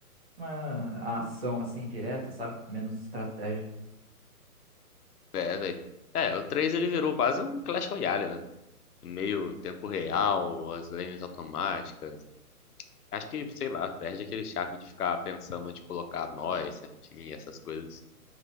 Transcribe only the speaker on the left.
É, velho. É, o 3 ele virou quase um Clash Royale, né? Meio tempo real, as lanes automáticas. Acho que, sei lá, perde aquele charme de ficar pensando de colocar nós certinho e essas coisas.